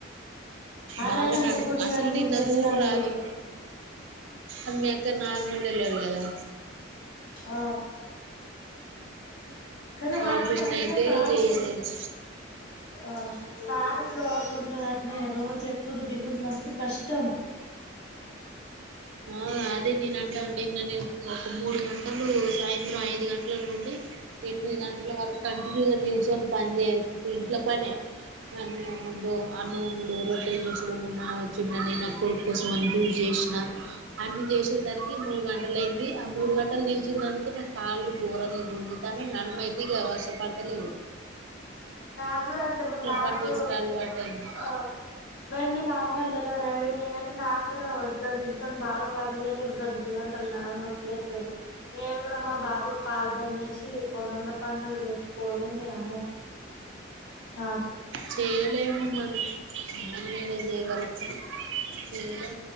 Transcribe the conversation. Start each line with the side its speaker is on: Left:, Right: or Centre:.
Left: అదైనా
Right: బాగా నడము
Left: ముగ్గుర్ని
Right: అసలు
Left: గాని
Right: నిన్న
Left: చేత్తాంది
Right: చూడ రాదు అమ్ మీ అక్కది నార్మల్ డెలివరీ కదా
Left: ఆ కానీ వాళ్ళు
Right: ఆపరేషన్
Left: పైన
Right: అయితే
Left: తాడ్
Right: చేయలేదు
Left: ఫ్లో ఆ థర్డ్ ఫ్లోర్లు ఉంటదఅట్నే రోజు ఎక్కుడు దిగుడు మస్తు కష్టం
Right: ఆ అదే నేన్ అంటాన నిన్న నీకు ఒక మూడు గంటలు సాయం త్రం ఐదు గంటల నుండి ఎనిమిది గంటల వరకు కంటిన్యూగా నిల్చొని పని చేస్తే ఇంట్లో పనే అన్నం అన్నమొండుడు రొట్టెలు చేసుడు మా మామ వచ్చిండనీ నా కొడుకోసం అని జూస్ చేసిన అన్ని చేసేసరికి మూడు గంటలు అయింది ఆ మూడు గంటలు నిలిచున్నందుకే నా కాళ్ళు గోరంగా గుంజుతానై నడుమైతీగావశపడతలేదు
Left: నాకు కూడా అంతే మరి నాకు
Right: పని చేసుడు అలవాటు అయింది
Left: ఆ మండి నార్మల్ డెలివరీ అయినయి గాని నాకు కూడా ఇంట్లో నిల్చొని బాగా పని చేయలేను గంటలు గంటలు నడం నొప్పులు లేతది నేను కూడా మా బాబుకి పాలు బంద్ చేసి పొలంలో పనీ చేసుకోలేనే అమ్మో అ
Right: చేయలేము మనం మనం ఏడ చేయగల్తం ఏమో